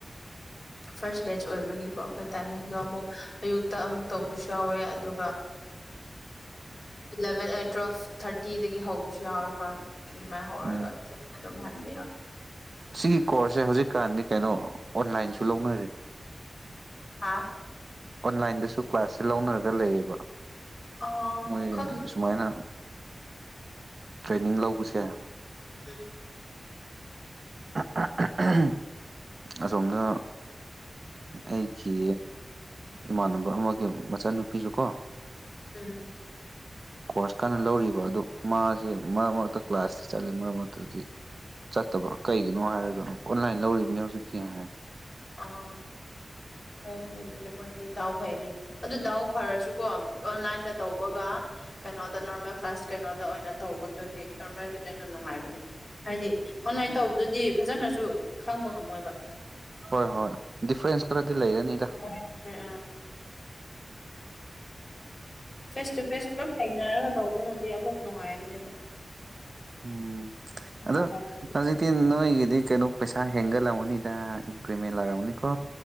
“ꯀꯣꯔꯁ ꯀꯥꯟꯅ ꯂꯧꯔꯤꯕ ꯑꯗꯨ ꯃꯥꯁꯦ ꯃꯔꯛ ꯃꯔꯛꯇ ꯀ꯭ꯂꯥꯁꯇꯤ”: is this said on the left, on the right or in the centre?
Right